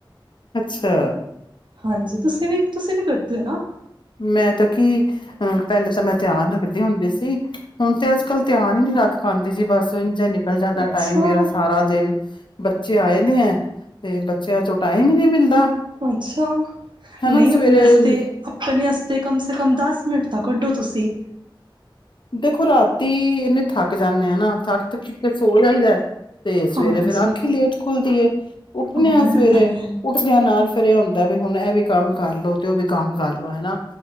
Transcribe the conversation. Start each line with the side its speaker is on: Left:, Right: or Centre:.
Left: ਅੱਛਾ
Right: ਹਾਂਜੀ ਤੁਸੀਂ ਵੀ ਤੁਸੀਂ ਵੀ ਕਰਦੇ <unintelligible>
Left: ਮੈਂ ਤਾਂ ਕੀ ਅ ਪਹਿਲੇ ਤਾਂ ਮੈਂ ਧਿਆਨ ਰਗਦੀ ਹੁੰਦੀ ਸੀ ਹੁਣ ਤੇ ਅੱਜ ਕੱਲ ਧਿਆਨ ਹੀ ਨੀ ਰੱਖ ਪਾਉਂਦੀ ਸੀ ਬਸ ਇੰਝ ਨਿਕਲ ਜਾਂਦਾ
Right: ਅੱਛਾ-ਅੱਛਾ।
Left: ਟਾਈਮ ਮੇਰਾ ਸਾਰਾ ਦਿਨ ਬੱਚੇ ਆਏ ਨੇ ਹੈ ਤੇ ਬੱਚਿਆਂ ਚੋਂ ਟਾਈਮ ਹੀ ਨਹੀਂ ਮਿਲਦਾ
Right: ਅੱਛਾ
Left: ਹਨਾ
Right: ਨਹੀਂ
Left: ਸਵੇਰੇ
Right: ਆਪਣੇਸ ਆਪਣੇ ਵਾਸਤੇ ਕਮ ਸੇ ਕਮ ਦਸ ਮਿੰਟ ਦਾ ਕੱਢੋ ਤੁਸੀਂ
Left: ਦੇਖੋ ਰਾਤ ਤੀ ਇਹਨੇ ਥੱਕ ਜਾਂਦੇ ਆ ਨਾ ਥੱਕ ਕਿਟ ਸ ਹੋ ਜਾਹੀਦਾ ਹੈ ਤੇ ਸਵੇਰੇ
Right: ਹਾਂਜੀ
Left: ਫੇਰ ਆਖੀ ਲੇਟ ਖੁੱਲਦੀ <unintelligible> ਉੱਠਣੇ
Right: ਹਾਂ
Left: ਆ
Right: ਇਹ
Left: ਸਵੇਰੇ
Right: ਤਾਂ ਹੈ।
Left: ਉੱਠਦੇਿਆਂ ਨਾਲ ਫੇਿਰ ਇਹ ਹੁੰਦਾ ਵੀ ਹੁਣ ਇਹ ਵੀ ਕੰਮ ਕਰਲੋ ਤੇ ਉਹ ਵੀ ਕੰਮ ਕਰ ਲੋ ਹਨਾ